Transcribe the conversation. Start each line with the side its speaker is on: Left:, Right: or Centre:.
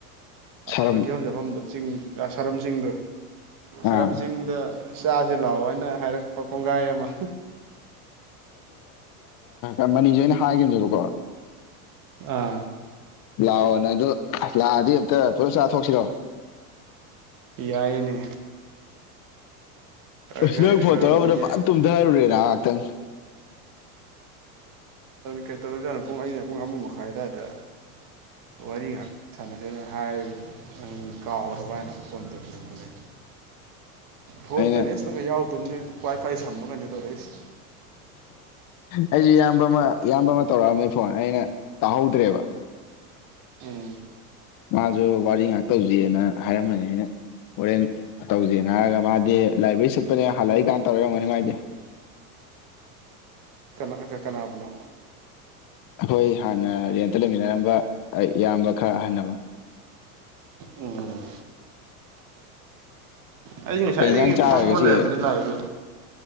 Left: ꯁꯥꯔꯝ
Right: ꯃꯣꯏ ꯀꯤꯐꯝ ꯆꯥꯐꯝꯗꯣ ꯆꯤꯡ ꯁꯔꯝ ꯆꯤꯡꯗꯣ ꯁꯔꯝꯖꯤꯡꯗ
Left: ꯑꯥ
Right: ꯆꯥꯁꯦ ꯂꯥꯛꯑꯣ ꯍꯥꯏꯅ ꯍꯥꯏꯔꯛꯄ ꯀꯣꯡꯒꯥꯏ ꯑꯃ
Left: ꯑ ꯃꯅꯤꯁꯦ ꯑꯩꯅ ꯍꯥꯏꯈꯤꯕꯅꯦꯕꯀꯣ
Right: ꯑꯥ
Left: ꯂꯥꯛꯑꯣꯅꯦ ꯑꯗꯨ ꯂꯥꯛꯑꯗꯤ ꯑꯝꯛꯇ ꯄꯨꯂꯞ ꯆꯥꯊꯣꯛꯁꯤꯔꯣ
Right: ꯌꯥꯏꯅꯦ ꯑꯩꯈꯣꯏ
Left: ꯑ ꯅꯣꯏ
Right: ꯑꯩꯈꯣꯏꯔꯣꯝꯗꯒꯤ
Left: ꯐꯣꯟ ꯇꯧꯔꯝꯕꯗ ꯄ ꯇꯨꯝꯊꯍꯔꯨꯔꯦ ꯅ ꯉꯍꯥꯏꯍꯥꯛꯇꯪ
Right: ꯀꯩ ꯇꯧꯔꯖꯥꯠꯅꯣ ꯄꯨꯡ ꯑꯩꯅ ꯄꯨꯡ ꯑꯃ ꯃꯈꯥꯏꯋꯥꯏꯗ ꯋꯥꯔꯤ ꯉꯥꯛ ꯁꯥꯟꯅꯁꯤꯦꯅ ꯍꯥꯏꯕ ꯅꯪ ꯀꯥꯎꯔꯕ ꯍꯥꯏꯅ ꯐꯣꯟ ꯇꯧꯁꯤꯜꯂꯛꯄꯅꯦ
Left: <inaudible> <unintelligible>
Right: ꯐꯣꯟ
Left: ꯑꯩꯅ
Right: ꯕꯦꯂꯦꯟꯁꯇꯪꯒ ꯌꯥꯎꯗꯕꯅꯦ ꯋꯥꯏ ꯐꯥꯏ ꯁꯃꯒꯩꯅꯣ ꯇꯧꯔꯛꯏꯁꯦ
Left: ꯑꯩꯁꯨ ꯏꯌꯥꯝꯕ ꯑꯃ ꯏꯌꯥꯝꯕ ꯑꯃ ꯇꯧꯔꯛꯑꯝꯃꯦ ꯐꯣꯟ ꯑꯩꯅ ꯇꯥ ꯍꯧꯗ꯭ꯔꯦꯕ
Right: ꯎꯝ
Left: ꯃꯥꯁꯨ ꯋꯥꯔꯤ ꯉꯥꯛꯇꯧꯁꯤꯅ ꯍꯥꯏꯔꯝꯃꯅꯤ ꯑꯩꯅ ꯍꯣꯔꯦꯟ ꯇꯧꯁꯦꯅ ꯍꯥꯏꯔꯒ ꯃꯥꯗꯤ ꯂꯥꯏꯕ꯭ꯔꯦꯔꯤ ꯆꯠꯄꯅꯦ ꯍꯜꯂꯛꯏꯀꯥꯟ ꯇꯧꯔꯔꯝꯒꯅꯤ ꯃꯥꯏꯗꯤ
Right: ꯀꯅꯥꯅꯥꯕꯅ
Left: ꯑꯩꯈꯣꯏ ꯍꯥꯟꯅ ꯔꯦꯟꯇ ꯂꯩꯃꯤꯟꯅꯔꯝꯕ ꯏꯌꯥꯝꯕ ꯈꯔ ꯑꯍꯟꯅꯕ
Right: ꯎꯝ ꯑꯩꯁꯦ ꯉꯁꯥꯏꯗꯒꯤ
Left: ꯀꯩ ꯏꯟꯖꯥꯡ ꯆꯥꯔꯒꯦ
Right: ꯐꯝꯃꯒ
Left: ꯁꯤ
Right: ꯂꯩꯔꯝꯕꯅꯤ ꯂꯥꯛꯗꯨ